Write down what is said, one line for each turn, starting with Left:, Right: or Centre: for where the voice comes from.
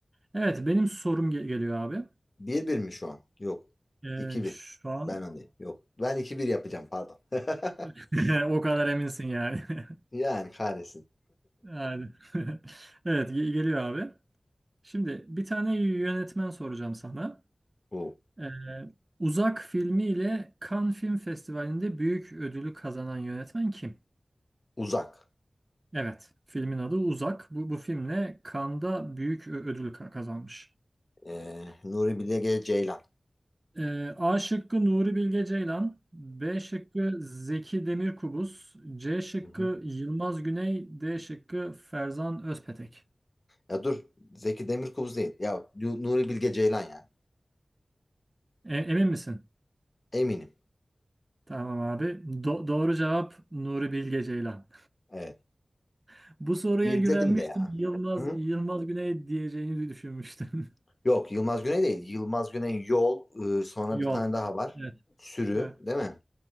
Right: Evet benim sorum ge- geliyor abi.
Left: Bir bir mi şu an? Yok.
Right: Ee,
Left: iki bir.
Right: şu an
Left: Ben öndeyim. Yok. Ben iki bir yapacağım pardon. <laughs>
Right: <laughs> o kadar eminsin yani. <laughs>
Left: Yani kahretsin.
Right: Yani. <laughs> Evet ge- geliyor abi. Şimdi bir tane yönetmen soracağım sana.
Left: Bu
Right: Ee, Uzak filmi ile Cannes Film Festivali'nde büyük ödülü kazanan yönetmen kim?
Left: uzak.
Right: Evet, filmin adı Uzak. Bu, bu filmle Cannes'da büyük ö- ödül ka- kazanmış.
Left: Ee, Nuri Bilge Ceylan.
Right: Ee, A şıkkı Nuri Bilge Ceylan, B şıkkı Zeki Demirkubuz, C şıkkı
Left: Hı hı.
Right: Yılmaz Güney, D şıkkı Ferzan Özpetek.
Left: Ya dur. Zeki Demirkubuz değil. Ya Du- Nuri Bilge Ceylan ya.
Right: E- emin misin?
Left: Eminim.
Right: Tamam abi. Do- doğru cevap Nuri Bilge Ceylan.
Left: Evet.
Right: <laughs> Bu soruya
Left: İzledim
Right: güvenmiştim.
Left: de ya.
Right: Yılmaz
Left: Hı?
Right: Yılmaz Güney diyeceğini düşünmüştüm.
Left: Yok Yılmaz Güney değil. Yılmaz Güney Yol. ıı, sonra
Right: <laughs> Yol.
Left: bir tane daha var.
Right: Evet,
Left: Sürü
Right: evet,
Left: değil mi?